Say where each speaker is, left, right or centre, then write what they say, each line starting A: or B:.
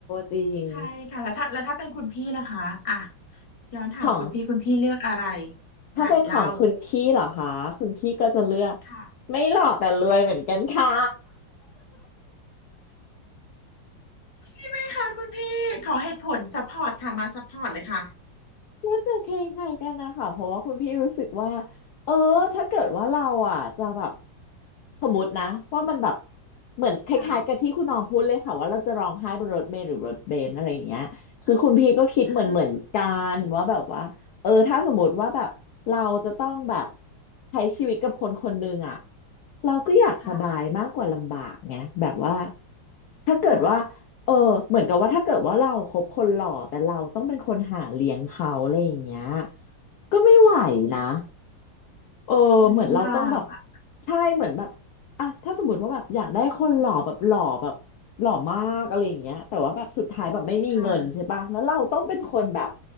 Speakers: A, on the left (about 70°); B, on the left (about 25°).
A: จริง
B: ใช่ค่ะแล้วถ้าแล้วถ้าเป็นคุณพี่ล่ะคะอ่ะย้อนถามคุณพี่คุณพี่เลือกอะไร
A: หรอ
B: ไหนเล่า
A: ถ้าเป็นของคุณพี่เหรอคะ คุณพี่ก็จะเลือก
B: ค่ะ
A: ไม่หล่อแต่รวยเหมือนกันค่ะ
B: <laughs> ใช่ไหมคะคุณพี่ขอเหตุผลซัพพอร์ตค่ะมาซัพพอร์ตเลยค่ะ
A: ก็จะคล้ายๆกันนะคะเพราะว่าคุณพี่รู้สึกว่าเออถ้าเกิดว่าเราอ่ะจะแบบสมมตินะว่ามันแบบเหมือนคล้ายๆกับที่คุณน้องพูดเลยค่ะว่าเราจะร้องไห้บนรถเมล์หรือรถเบนซ์อะไรอย่างเงี้ยคือคุณพี่ก็คิดเหมือนเหมือนกันว่าแบบว่าเออถ้าสมมติว่าแบบเราจะต้องแบบ
B: ค่ะใช่
A: ใช้ชีวิตกับคนคนหนึ่งอ่ะ เราก็อยากสบายมากกว่าลำบากไงแบบว่า
B: ค่ะใช่ไหม
A: ถ้าเกิดว่าเออเหมือนกับว่าถ้าเกิดว่าเราคบคนหล่อแต่เราต้องเป็นคนหาเลี้ยงเขาอะไรอย่างเงี้ยก็ไม่ไหวนะ เออเหมือนเราต้องแบบ
B: อุ้ยลำบากอ่ะ
A: ใช่เหมือนแบบอ่ะถ้าสมมติว่าแบบอยากได้คนหล่อแบบหล่อแบบหล่อมากอะไรอย่างเงี้ยแต่ว่าแบบสุดท้ายแบบไม่มีเงินใช่ปะแล้วเราต้องเป็นคนแบบ
B: ค่ะ